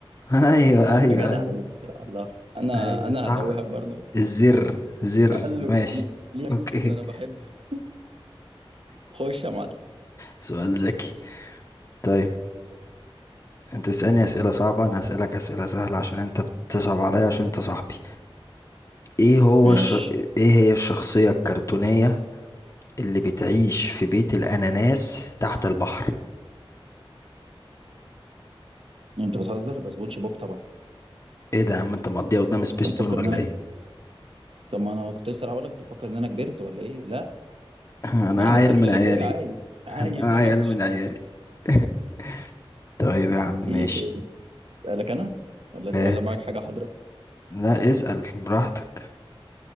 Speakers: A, on the left (about 35°); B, on the right (about 70°).
A: ايوه ايوه
B: يا جدع
A: ايوه
B: عيب يا الله أنا
A: ايوه
B: أنا
A: صح
B: هتوهك برضو
A: الزر زر
B: قال له
A: ماشي
B: ليه ليه
A: اوكي
B: يمكن أنا بحبك خش يا معلم
A: سؤال ذكي طيب انت تسألني اسئلة صعبة انا هسألك اسئلة سهلة عشان انت بتصعب عليا عشان انت صاحبي ايه هو
B: ماشي
A: الش... ايه هي الشخصية الكرتونية اللي بتعيش في بيت الاناناس تحت البحر
B: انت بتهزر ده سبونج بوب طبعا
A: ايه ده يا عم انت مقضيها قدام سبيستون
B: انت مفكر
A: ولا
B: ان انا
A: ايه
B: طب ما أنا كنت لسه هقول لك أنت مفكر إن أنا كبرت ولا إيه لا
A: <laughs> انا
B: لا أنا
A: عيل
B: الطفل
A: من
B: اللي
A: عيالي
B: جوايا عايش عايش
A: انا
B: ما
A: عيل
B: ماتش
A: من عيالي <laughs> طيب يا عم ماشي
B: ايه تاني اسالك انا ولا
A: هات.
B: ولا معاك حاجه حاضره
A: لا اسأل براحتك